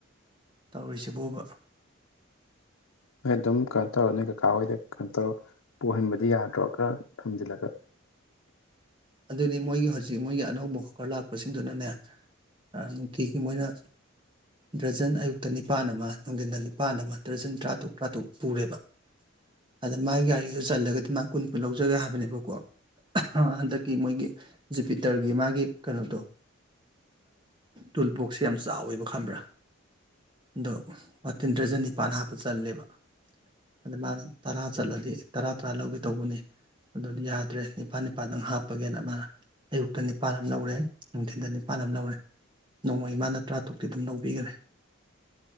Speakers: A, on the right; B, on the left.
A: ꯇꯧꯔꯤꯁꯤꯕꯣꯕ
B: ꯍꯣꯏ ꯑꯗꯨꯝ ꯀꯩꯅꯣ ꯇꯧꯔꯅꯤ ꯀꯀꯥ ꯍꯣꯏꯗ ꯀꯩꯅ ꯇꯧꯔ ꯄꯨꯍꯟꯕ ꯗꯤ ꯌꯥꯗ꯭ꯔꯣ ꯈꯔ ꯊꯝꯖꯤꯜꯂꯒ
A: ꯑꯗꯨꯗꯤ ꯃꯣꯏꯒꯤ ꯍꯧꯖꯤꯛ ꯃꯣꯏꯒꯤ ꯑꯅꯧꯕ ꯍꯣꯀꯔ ꯂꯥꯛꯄꯁꯤꯡꯗꯨꯅꯅꯦ ꯅꯨꯡꯇꯤꯒꯤ ꯃꯣꯏꯅ ꯗ꯭ꯔꯖꯟ ꯑꯌꯨꯛꯇ ꯅꯤꯄꯥꯥꯟ ꯑꯃ ꯅꯨꯡꯗꯤꯟꯗ ꯅꯤꯄꯥꯟ ꯑꯃ ꯗ꯭ꯔꯖꯟ ꯇꯔꯥꯇꯨꯛ ꯇꯔꯥꯇꯨꯛ ꯄꯨꯔꯦꯕ ꯑꯗ ꯃꯥꯒꯤ ꯒꯥꯔꯤꯗꯨ ꯆꯜꯂꯒꯗꯤ ꯃꯥ ꯀꯨꯟ ꯀꯨꯟ ꯂꯧꯖꯒꯦ ꯍꯥꯏꯕꯅꯦꯕꯀꯣ ꯍꯟꯗꯛ ꯀꯤ ꯃꯣꯏꯒꯤ ꯖꯨꯄꯤꯇꯔꯒꯤ ꯃꯥꯒꯤ ꯀꯩꯅꯣꯗꯣ ꯇꯨꯜ ꯕꯣꯛꯁ ꯌꯥꯝ ꯆꯥꯎꯋꯦꯕ ꯈꯝꯕ꯭ꯔꯥ ꯑꯗꯣ ꯋꯥꯇꯤꯟ ꯗ꯭ꯔꯖꯟ ꯅꯤꯄꯥꯥꯟ ꯍꯥꯞꯄ ꯆꯜꯂꯦꯕ ꯑꯗ ꯃꯥꯅ ꯇꯔꯥ ꯆꯠꯂꯗꯤ ꯇꯔꯥ ꯇꯔꯥ ꯂꯧꯒꯦ ꯇꯧꯕꯅꯤ ꯑꯗꯨꯗꯤ ꯌꯥꯗ꯭ꯔꯦ ꯅꯤꯄꯥꯜ ꯅꯤꯄꯥꯜꯗꯪ ꯍꯥꯄ ꯄꯒꯦꯅ ꯃꯥꯅ ꯑꯌꯨꯛꯇ ꯅꯤꯄꯥꯜ ꯑꯃ ꯂꯧꯔꯦ ꯅꯨꯡꯊꯤꯟꯗ ꯅꯤꯄꯥꯜ ꯑꯃ ꯂꯧꯔꯦ ꯅꯣꯡꯃꯒꯤ ꯃꯥꯅ ꯇꯔꯥꯇꯨꯛꯇꯤ ꯑꯗꯨꯝ ꯂꯧꯕꯤꯒꯔꯦ